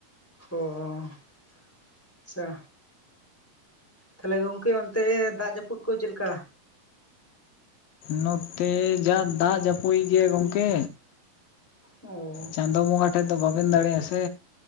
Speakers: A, in the centre; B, on the left.
A: ᱚᱻ ᱟᱪᱪᱷᱟ᱾ ᱛᱟᱦᱚᱞᱮ ᱜᱚᱝᱠᱮ ᱚᱱᱛᱮ ᱫᱟᱜ ᱡᱟᱹᱯᱩᱫ ᱠᱚ ᱪᱮᱫ ᱞᱮᱠᱟ?
B: ᱱᱚᱛᱮ ᱡᱟ ᱫᱟᱜ ᱡᱟᱹᱯᱩᱭ ᱜᱮᱭᱟ ᱜᱚᱝᱠᱮ᱾
A: ᱚᱻ
B: ᱪᱟᱸᱫᱚ ᱵᱚᱸᱜᱟ ᱴᱷᱮᱡ ᱫᱚ ᱵᱟᱵᱮᱱ ᱫᱟᱲᱮᱜᱼᱟ ᱥᱮ᱾